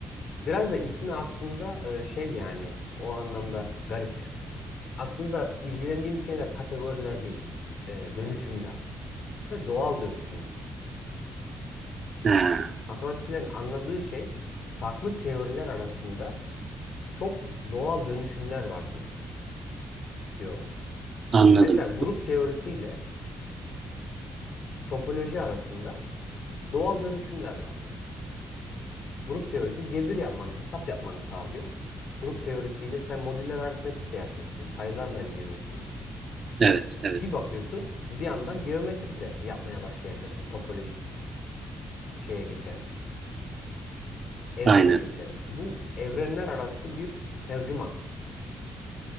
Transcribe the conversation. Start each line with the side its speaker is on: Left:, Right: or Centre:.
Left: Biraz da ismi aslında e, şey yani o anlamda garip. Aslında ilgilendiğim şeyler kategoriler değil, e, dönüşümler ve doğal dönüşümler.
Right: Ha,
Left: Matematikçilerin anladığı şey farklı teoriler arasında çok doğal dönüşümler var diyor diyorlar.
Right: anladım.
Left: Mesela grup teorisiyle topoloji arasında Doğal dönüşümler var diyor. Grup teorisi cebir yapmanı, hesap yapmanı sağlıyor. Grup teorisiyle sen modüler aritmetik de yapıyorsun, sayılarla ilgileniyorsun.
Right: Evet evet
Left: Bir bakıyorsun, bir yandan geometri de yapmaya başlayabilirsin topolojik şeye geçerek, evrene
Right: aynen
Left: geçerek. Bu evrenler arası bir tercüman.